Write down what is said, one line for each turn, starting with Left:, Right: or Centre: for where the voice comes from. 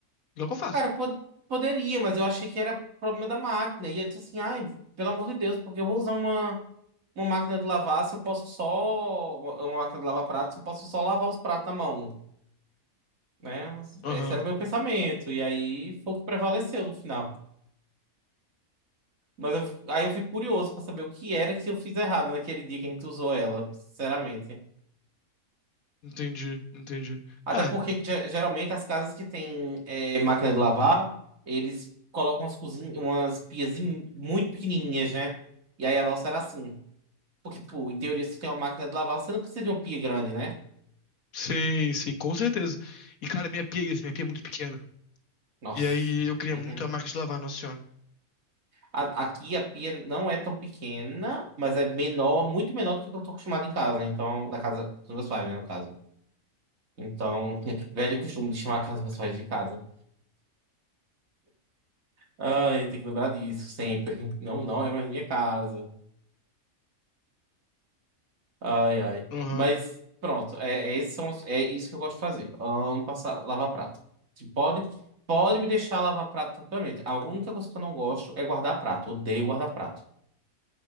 Left: Não é o que eu faço.
Right: Cara, po- poderia, mas eu achei que era problema da máquina. E eu disse assim, ai, pelo amor de Deus, porque eu vou usar uma, uma máquina de lavar se eu posso só. Uma uma máquina de lavar pratos, se eu posso só lavar os pratos na mão, né?
Left: Aham,
Right: Esse era o meu pensamento. E aí foi o que prevaleceu no final. Mas eu- aí eu fico curioso pra saber o que era que eu fiz errado naquele dia que a gente usou ela, sinceramente.
Left: entendi, entendi.
Right: Até
Left: Ah,
Right: porque ge- geralmente as casas que têm é, máquina de lavar, eles colocam umas cozinhas, umas pias em- muito pequenininhas, né? E aí a nossa era assim. Porque, tipo, em teoria, se tem uma máquina de lavar, você não precisa de uma pia grande, né?
Left: sim, sim, com certeza. E, cara, minha pia é isso, minha pia é muito pequena.
Right: Nossa.
Left: E aí eu queria
Right: Uhum.
Left: muito a marca de lavar, Nossa Senhora.
Right: A- aqui a pia não é tão pequena, mas é menor, muito menor do que eu tô acostumado em casa, né? então, na casa dos meus pais, né, no caso. Então, <laughs> velho costume de chamar a casa dos meus pais de casa. Ai, tem que lembrar disso sempre. Não, não é mais minha casa. Ai, ai.
Left: Aham.
Right: Mas pronto, é, é, esses são os- é isso que eu gosto de fazer. Amo passar, lavar prato. Se Pode, pode me deixar lavar prato tranquilamente. A única coisa que eu não gosto é guardar prato. Odeio guardar prato.